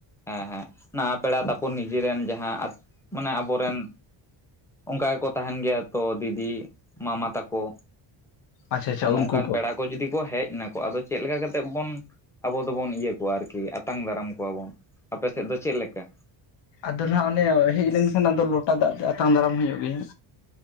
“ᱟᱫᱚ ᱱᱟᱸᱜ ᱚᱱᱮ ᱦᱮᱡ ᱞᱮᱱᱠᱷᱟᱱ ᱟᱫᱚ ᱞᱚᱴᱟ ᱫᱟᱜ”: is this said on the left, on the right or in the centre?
Left